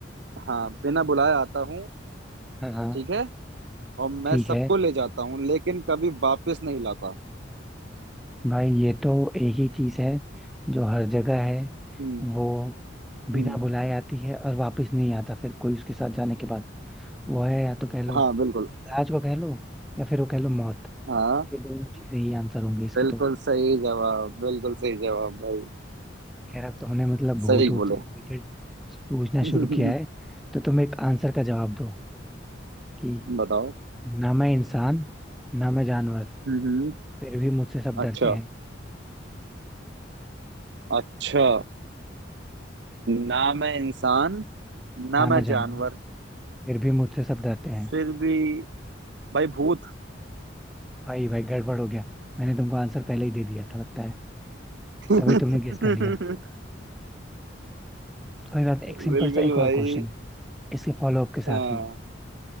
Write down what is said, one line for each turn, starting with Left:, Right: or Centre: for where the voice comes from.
Right: हाँ बिना बुलाए आता हूँ
Centre: हाँ हाँ
Right: ठीक है और मैं
Centre: ठीक
Right: सबको
Centre: है
Right: ले जाता हूँ लेकिन कभी वापस नहीं लाता
Centre: भाई ये तो एक ही चीज है जो हर जगह है
Right: हम्म
Centre: वो बिना
Right: हम्म
Centre: बुलाए आती है और वापस नहीं आता फिर कोई उसके साथ जाने के बाद वो है या तो कह लो
Right: हाँ बिल्कुल
Centre: राज को कह लो या फिर वो कह लो मौत
Right: हाँ
Centre: ये दोनों चीजें ही आंसर होंगे इसकी
Right: बिल्कुल
Centre: तो
Right: सही जवाब बिल्कुल सही जवाब भाई
Centre: खैर अब तो हमने मतलब भूत
Right: सही
Centre: भूत
Right: बोले
Centre: से रिलेटेड पूछना
Right: <laughs>
Centre: शुरू किया है तो तुम एक आंसर का जवाब दो कि
Right: बताओ
Centre: ना मैं इंसान ना मैं जानवर
Right: हम्म हम्म,
Centre: फिर भी मुझसे सब
Right: अच्छा
Centre: डरते हैं
Right: अच्छा ना मैं इंसान ना
Centre: ना
Right: मैं
Centre: मैं जानवर
Right: जानवर
Centre: फिर भी मुझसे सब डरते हैं
Right: फिर भी भाई भूत
Centre: भाई भाई गड़बड़ हो गया मैंने तुमको आंसर पहले ही दे दिया था लगता है
Right: <laughs>
Centre: तभी
Right: बिल्कुल
Centre: तुमने गेस कर लिया कोई बात नहीं
Right: भाई
Centre: एक सिंपल सा एक और क्वेश्चन इसके फॉलोअप के साथ
Right: हाँ
Centre: ही